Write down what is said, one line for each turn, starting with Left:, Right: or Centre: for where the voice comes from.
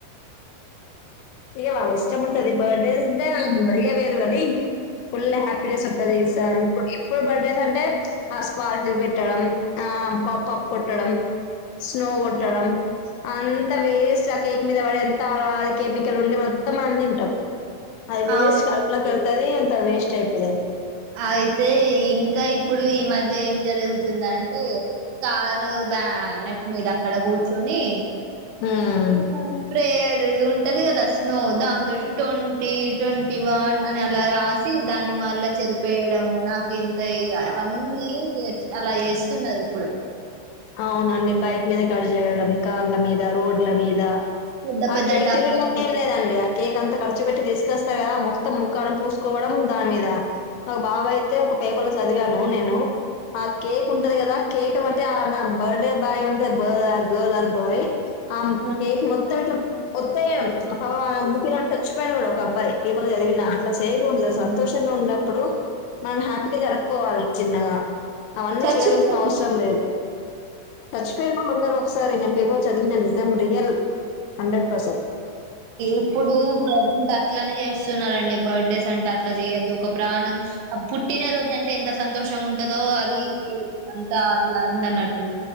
Left: ఇక వాళ్ళ ఇష్టం ఉంటది బర్త్డేస్ అంటే మరిగ వేరు కాని ఫుల్ హ్యాపీనెస్ ఉంటంది ఇప్పుడు బర్త్డేస్ అంటే ఆ స్పార్క లు పెట్టడం ఆ పపప్ కొట్టడం స్నో కొట్టడం అంత వేస్ట్ ఆ కేక్ మీద పడి ఎంత కే ఇక్కడ ఉండి మొత్తం అంది తింటాం అది
Right: అవును
Left: వేస్ట్ కడుపులోకి వెళ్తుంది ఎంత వేస్ట్ అయిపోతది.
Right: అయితే ఇంకా ఇప్పుడు ఈ మధ్య ఏం జరుగుతుంది అంటే కారు బ్యా నట్ మీద అక్కడ కూర్చొని
Left: ఉమ్
Right: ే <unintelligible> ఉంటది కదా స్నో దాంతోటి ట్వంటీ ట్వంటీ వన్ అని అలా రాసి దాని మ చెరు వేయడము నాకు ఇంత ఇ అవన్నీ అలా చేస్తున్నారు ఇప్పుడు
Left: అవునండి బైక్ మీద గడి చేయడం కార్ల మీద రోడ్ల మీద
Right: పెద్ద
Left: ఆ
Right: పెద్ద
Left: కేక్
Right: టపాసులు
Left: తినడం ఏం లేదండి కేక్ అంత ఖర్చు పెట్టి తీసుకొస్తారు కదా మొత్తం ముక్కాని పూసుకోవడం దాని మీద ఒక బాబ అయితే పేపర్ లో చదివాను నేను ఆ కేక్ ఉంటది కదా కేక్ అంటే బర్డే బాయ్ ఉంటే బ గర్ల్ అండ్ బాయ్ ఆ
Right: ఉమ్.
Left: కేక్ మొత్తం ఇట్ ఒత్తయడం పా ఊపిరి ఆడక చచ్చిపోయాను కూడా ఒక అబ్బాయి పేపలు చదివినా అట్లా చేయకూడదు సంతోషంగా ఉన్నప్పుడు మనం హ్యాపీగా జరుపుకోవాలి చిన్నగా అవన్నీ
Right: చచ్చిపోతున్నారు
Left: చేయవలసిన అవసరం లేదు. చచ్చిపోయిన లో ఉన్నారురు ఒకసారి నేను పేపరు లో చదివిన నిజం రియల్ హండ్రెడ్ పర్సెంట్
Right: ఇప్పుడు ప్రజంట్ అట్లనే చేస్తున్నారండి బర్త్డేస్ అంటే అట్లా చేయొద్దు ఒక ప్రాణం పుట్టినరోజు అంటే ఎంత సంతోషంగా ఉంటదో అది అంతా అట్లా అయింది అన్నట్టు